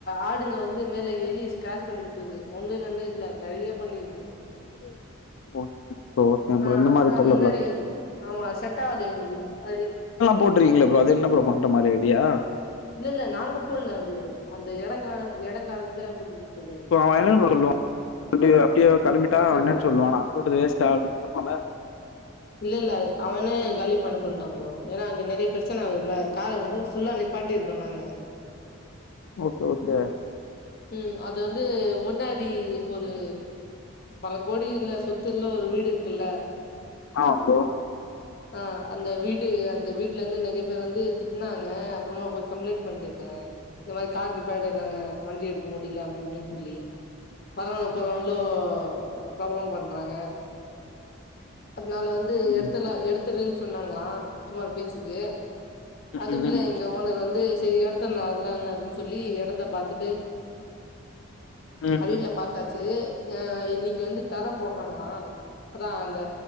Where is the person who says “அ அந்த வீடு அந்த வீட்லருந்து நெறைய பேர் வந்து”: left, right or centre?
Left